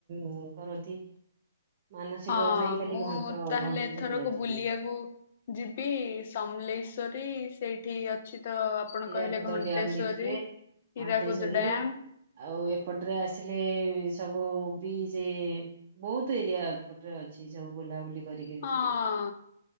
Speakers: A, on the right; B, on the left.
A: ଉଁ, କରନ୍ତି। ମାନସିକ
B: ହଁ
A: ପାଇଁ
B: ମୁଁ
A: ଖାଲି ଘଣ୍ଟ
B: ତାହେଲେ
A: ଘଣ୍ଟି
B: ଏଥରକ
A: ସେଠି ଯାଚି
B: ବୁଲିବାକୁ
A: ଦିଅନ୍ତି
B: ଯିବି ସମଲେଇଶ୍ଵରୀ। ସେଇଠି ଅଛି ତ ଆପଣ
A: ହୀଆକୁଦ
B: କହିଲେ ଘଣ୍ଟେଶ୍ୱରୀ
A: ଡ୍ୟାମ ଦେଖିବେ ଘଣ୍ଟେଶ୍ୱରୀ
B: ହୀରାକୁଦ ଡ୍ୟାମ୍
A: ଆଉ ଏପଟରେ ଆସିଲେ ସବୁ ବି ସେ ବହୁତ ଏରିଆ ଏପଟରେ ଅଛି ସବୁ ବୁଲାବୁଲି କରିକିରି
B: ହଁ
A: ଯିବେ।